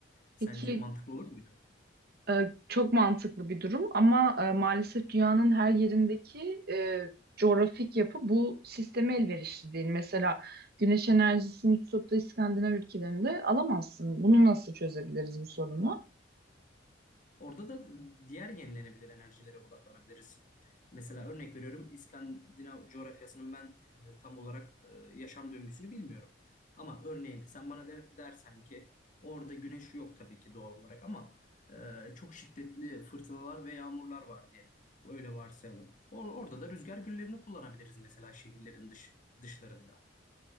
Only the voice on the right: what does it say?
Peki
E, çok mantıklı bir durum ama e, maalesef dünyanın her yerindeki e, coğrafik yapı bu sisteme elverişli değil. Mesela güneş enerjisini tutup da İskandinav ülkelerinde alamazsın. Bunu nasıl çözebiliriz bu sorunu?